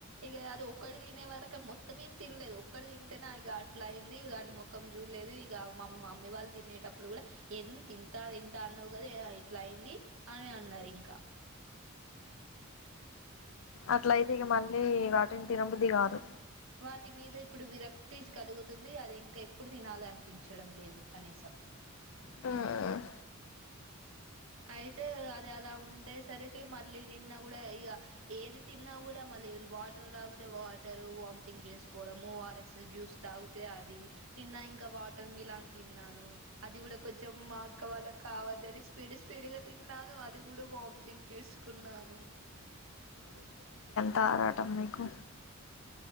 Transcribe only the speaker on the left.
అట్లైతే ఇగ మళ్ళీ వా టిన్ తినబుద్ది కాదు
హుం
తారాటం మీకు